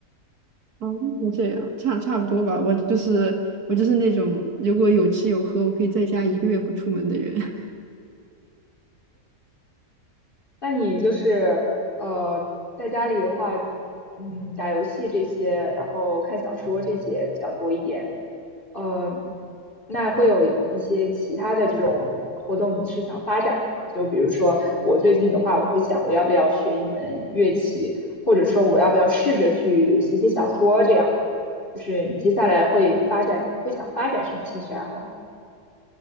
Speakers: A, on the right; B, on the left.
A: 哦，那这样差差不多吧。我就是我就是那种如果有吃有喝，
B: <laughs> 嗯
A: 我可以在家一个月不出门的人。<laughs>
B: 那你就是呃，在家里的话，嗯，打游戏这些，然后看小说这些比较多一点。呃，那会有一些其他的这种活动，你是想发展的吗？就比如说我最近的话，我会想我要不要学一门乐器，或者说我要不要试着去写写小说这样的。就是你接下来会发展，会想发展什么兴趣爱好吗？